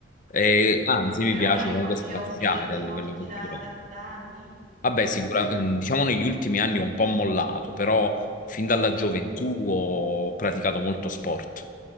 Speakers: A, on the left; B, on the right.
A: E, anzi, mi
B: Però
A: piace
B: hai
A: comunque
B: qualche
A: spaziare
B: hobby che ti
A: a livello
B: porti
A: culturale.
B: da, da- da anni?
A: Vabbè,
B: Eh?
A: sicuramente, diciamo negli ultimi anni ho un po' mollato, però fin dalla gioventù
B: Mm.
A: ho praticato molto sport.